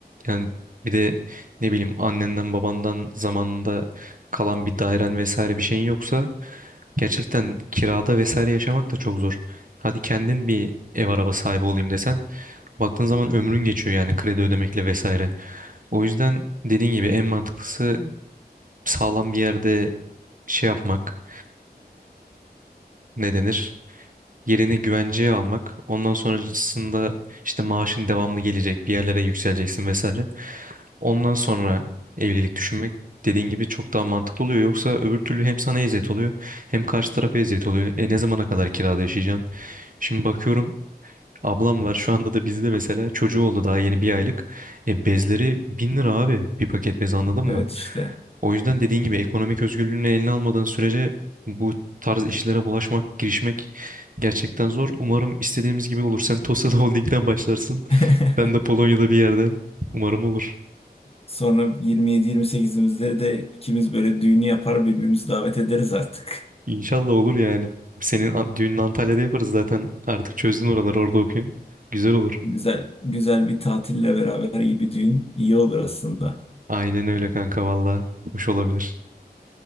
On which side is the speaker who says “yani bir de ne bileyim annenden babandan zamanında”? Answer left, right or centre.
Right